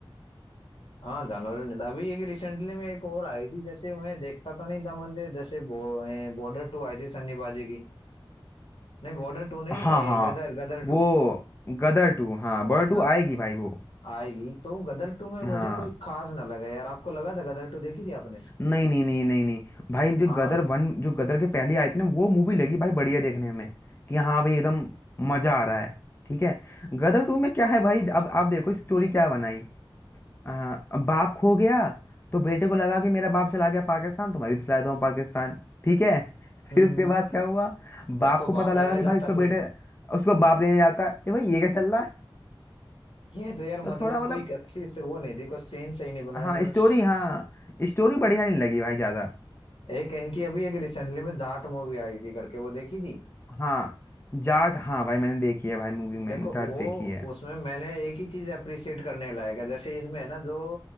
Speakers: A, on the left (about 75°); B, on the left (about 25°).
A: हाँ जानवरों ने अभी एक रिसेंटली में एक और आई थी जैसे मैं देखता तो नहीं था मुझे जैसे बो, बॉर्डर टू आई थी सन्नीबाजी की नहीं बॉर्डर टू नहीं
B: हाँ
A: ए,
B: हाँ
A: गदर गदर
B: वो
A: टू
B: गदर टू हाँ बर्ड टू
A: हाँ
B: आएगी भाई वो
A: आएगी तो गदर टू में मुझे
B: हाँ
A: कोई खास ना लगा यार आपको लगा था गदर टू देखी थी आपने
B: नहीं नहीं नहीं नहीं नहीं भाई जो
A: हाँ
B: गदर वन जो गदर के पहले आई थी ना वो मूवी लगी भाई बढ़िया देखने में कि हाँ भाई एकदम मजा आ रहा है ठीक है गदर टू में क्या है भाई अब आप देखो स्टोरी क्या बनाई आ, अब बाप खो गया तो बेटे को लगा कि मेरा बाप चला गया पाकिस्तान तो मैं भी चला जाता हूँ पाकिस्तान ठीक है <laughs>
A: हम्म
B: फिर उसके
A: हम्म
B: बाद क्या हुआ बाप
A: उसको
B: को
A: बाप
B: पता लगा
A: लेने
B: कि भाई
A: जाता
B: उसका
A: फिर
B: बेटे उसको बाप लेने जाता है ये भाई ये क्या चल रहा है
A: ये तो यार मतलब
B: तो थोड़ा मतलब
A: कोई अच्छी से वो नहीं थी कोई सीन सही नहीं बनाया
B: हाँ
A: इन्होंने
B: स्टोरी हाँ स्टोरी बढ़िया नहीं लगी भाई ज्यादा
A: एक इनकी अभी एक रिसेंटली में जाट मूवी आई थी करके वो देखी थी
B: हाँ जाट हाँ भाई मैंने देखी है भाई मूवी मैंने
A: देखो
B: जाट
A: वो
B: देखी है
A: उसमें मैंने एक ही चीज अप्रिशिएट करने लायक है जैसे इसमें है ना जो